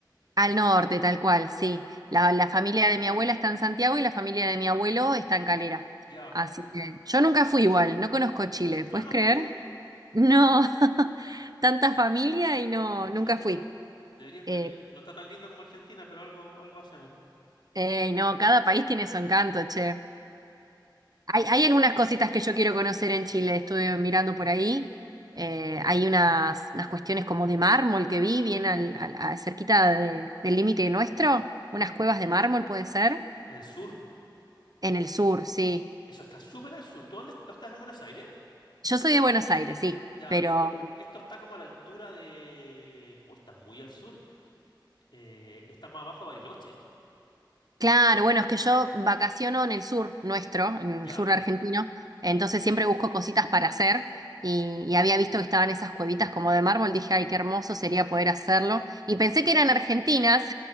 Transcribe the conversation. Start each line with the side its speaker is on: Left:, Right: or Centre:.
Right: Al norte, tal cual, sí. La, la familia de mi abuela está en Santiago y la familia de mi abuelo está en Calera.
Left: Ya.
Right: Así que yo nunca fui igual, no conozco Chile, ¿puedes
Left: Ah, ¿no has
Right: creer?
Left: venido?
Right: No, <laughs> tanta familia y no,
Left: Sí,
Right: nunca
Left: claro.
Right: fui.
Left: Deberías
Right: Eh,
Left: venir. No está tan lindo como Argentina, pero algo, algo hacemos.
Right: ey, no, cada país tiene su encanto, che. Hay, hay algunas cositas que yo quiero conocer en Chile, estuve mirando por ahí. Eh, hay unas, unas cuestiones como de mármol que vi, bien al, al- a- cerquita de- del límite nuestro, unas cuevas de mármol puede ser.
Left: En el sur.
Right: En el sur, sí.
Left: Eso está súper al sur. ¿Tú dónde tú estás en Buenos Aires?
Right: Yo soy de Buenos Aires, sí,
Left: Ya,
Right: pero
Left: esto, esto está como a la altura de... Uy, está muy al sur. Eh, está más abajo de Bariloche.
Right: claro, bueno, es que yo vacaciono en el sur nuestro, en
Left: Ya.
Right: el sur argentino, entonces siempre busco cositas para hacer y, y había visto que estaban esas cuevitas como de mármol, dije, ay, qué hermoso sería poder hacerlo y pensé que eran argentinas